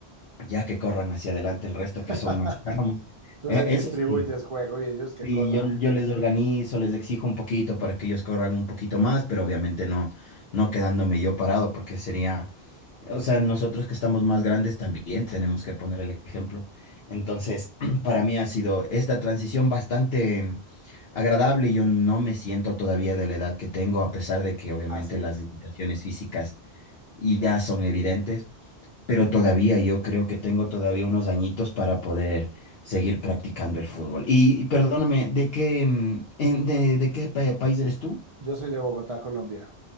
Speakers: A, on the left; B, on the right.
A: ya que corran hacia adelante el resto
B: <laughs>
A: que son más tramos.
B: Tú
A: Eh,
B: les
A: Eso
B: distribuyes
A: sí,
B: juego y ellos que
A: y
B: corran.
A: yo, yo les organizo, les exijo un poquito para que ellos corran un poquito más, pero obviamente no, no quedándome yo parado, porque sería, o sea, nosotros que estamos más grandes también tenemos que poner el ejemplo. Entonces, <clears throat> para mí ha sido esta transición bastante mm, agradable. Yo no me siento todavía de la edad que tengo, a pesar de que obviamente
B: Así
A: las
B: es.
A: limitaciones físicas ya son evidentes pero todavía yo creo que tengo todavía unos añitos para poder seguir practicando el fútbol. Y, y perdóname, ¿de qué, mm, en- de, de qué pa- país eres tú?
B: Yo soy de Bogotá, Colombia.